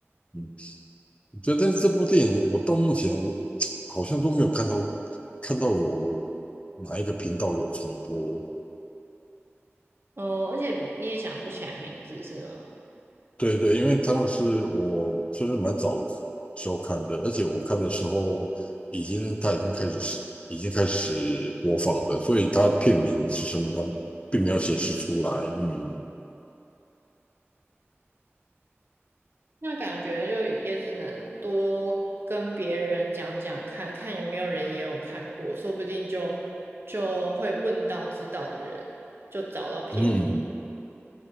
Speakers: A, on the left; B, on the right.
A: 嗯，觉得这部电影我到目前我 <tsk> 好像都没有看到看到有哪一个频道有重播，
B: 哦，而且你也想不起来名字是吗？
A: 对对，因为他们是我就是蛮早时候看的，而且我看的时候已经他已经开始已经开始播放了，所以他片名是什么，他并没有显示出来。嗯
B: 那感觉就也只能多跟别人讲讲看，看有没有人也有看过，说不定就就会问到知道的人，就找到片。
A: 嗯